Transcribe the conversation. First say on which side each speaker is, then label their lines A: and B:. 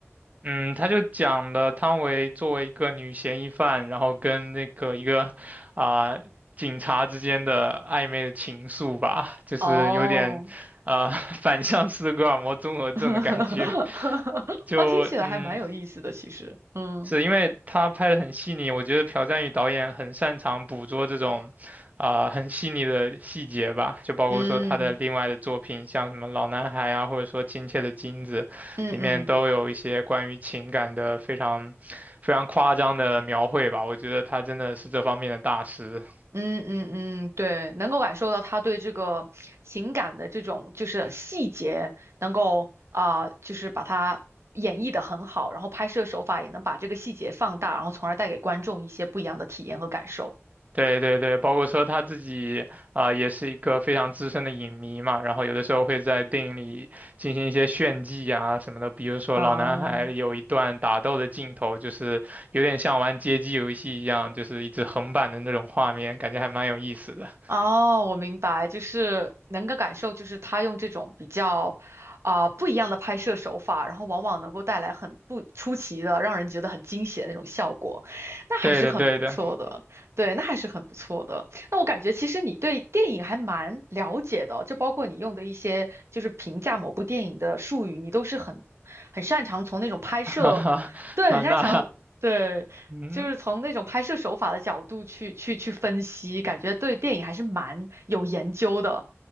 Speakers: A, on the right; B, on the right.
A: 嗯，他就讲了汤唯作为一个女嫌疑犯，然后跟那个一个啊、警察之间的暧昧的情愫吧，就是有点啊、
B: 哦，
A: <laughs> 反向斯德哥尔摩综合症的感觉。
B: <laughs>
A: <laughs> 就嗯，
B: 啊，听起来还蛮有意思的，其实，嗯
A: 是因为他拍的很细腻，我觉得朴赞宇导演很擅长捕捉这种，啊、很细腻的细节吧，就包括说他的另外的作品，
B: 嗯
A: 像什么《老男孩》啊，或者说《亲切的金子》，
B: 嗯嗯。
A: 里面都有一些关于情感的非常非常夸张的描绘吧，我觉得他真的是这方面的大师。
B: 嗯嗯嗯，对，能够感受到他对这个情感的这种就是细节，能够啊、就是把它演绎的很好，然后拍摄手法也能把这个细节放大，然后从而带给观众一些不一样的体验和感受。
A: 对对对，包括说他自己啊、也是一个非常资深的影迷嘛，然后有的时候会在电影里进行一些炫技啊什么的，比如说《老男孩》有一段打斗的镜头，
B: 啊、
A: 就是有点像玩街机游戏一样，就是一直横版的那种画面，感觉还蛮有意思的。<laughs>
B: 哦，我明白，就是能够感受，就是他用这种比较啊、不一样的拍摄手法，然后往往能够带来很不出奇的，让人觉得很惊喜的那种效果，那还是很不错的。
A: 对的对的，
B: 对，那还是很不错的。那我感觉其实你对电影还蛮了解的哦，就包括你用的一些就是评价某部电影的术语，你都是很很擅长从那种拍摄，
A: <laughs> 哈哈，
B: 对，
A: 好，
B: 很擅长对，
A: 那嗯，
B: 就是从那种拍摄手法的角度去去去分析，感觉对电影还是蛮有研究的。